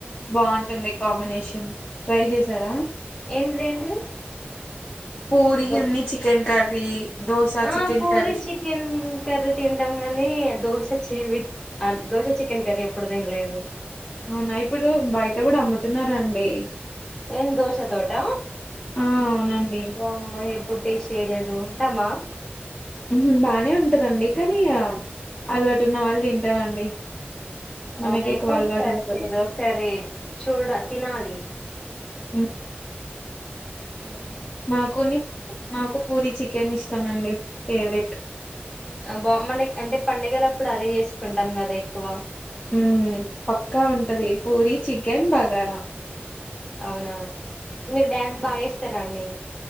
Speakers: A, on the left; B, on the left.
A: బాగుంటుంది కాంబినేషన్ ట్రై చేసారా
B: ఏంటిది ఏంటిది
A: పూరి
B: దో
A: ఉన్ని చికెన్ కర్రీ దోశ
B: ఆ
A: chicken
B: puri
A: curry
B: chicken curry తింటాం కానీ దోశ చి విత్ ఆ దోశ చికెన్ కర్రీ ఎప్పుడు తినలేదు
A: అవునా ఇప్పుడు బయట కూడా అమ్ముతున్నారండి
B: ఏం దోశ తోట
A: ఆ అవునండి
B: వామ్మో ఎప్పుడు టేస్ట్ చేయలేదు దు ఉంటామా
A: హుమ్మ్ బానే ఉంటదండి కానీ అల్వాటున్న వాళ్ళు తింటారండి మనకి
B: అవునా
A: ఎక్కువ
B: ఎప్పుడు
A: అలవాటు
B: ట్రై
A: ఉండదు
B: చేయలే ఒకసారి చూడ తినాలి
A: ఉమ్
B: ఉమ్
A: నాకునీ నాకు పూరి చికెన్ ఇష్ ష్టమండి ఫేవరెట్
B: బా మనకి అంటే పండగల అప్పుడు అదే చేసుకుంటాం కదా ఎక్కువ
A: ఉమ్ పక్కా ఉంటది పూరి చికెన్ బగారా
B: అవునవును మీరు డ్యాన్స్
A: హ్మ్.
B: బాగా ఏస్తారా అండి